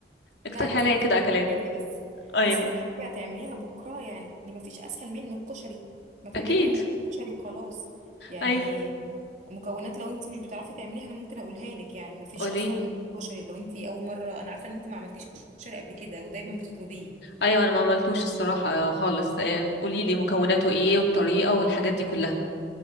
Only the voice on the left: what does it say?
اقترح
عليا
كده
أكلات
أيوه
أكيد
أيوه
قولي
أيوه أنا ما عملتوش الصراحة خالص آه، قوليلي مكوناته ايه والطريقة والحاجات دي كلها